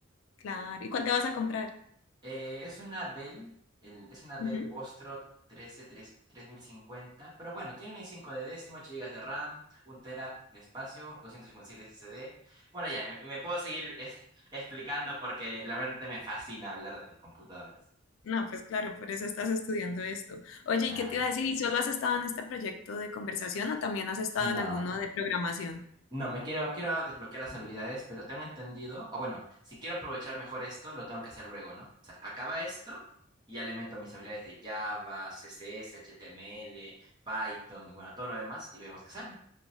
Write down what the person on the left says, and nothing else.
Claro. ¿Y cuál te vas a comprar?
Ujú.
No, pues claro, por eso estás estudiando esto. Oye,
¿y qué te iba a decir? ¿Y solo has estado en este proyecto de conversación o también has estado
en alguno de programación?